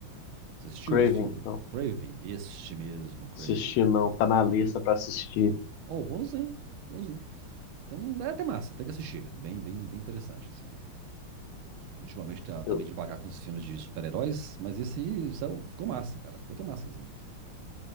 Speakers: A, on the right; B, on the left.
A: Você assistiu
B: Craven,
A: esse filme?
B: não.
A: Craven, este mesmo, Craven.
B: Assisti não, tá na lista pra assistir.
A: Oh, bonzinho, bonzinho. Então é até massa, tem que assistir. Bem, bem, bem interessante, assim. Ultimamente tá, tá
B: Eu,
A: meio devagar com os filmes de super-heróis, mas esse aí saiu, ficou massa, cara. Ficou até massazinho.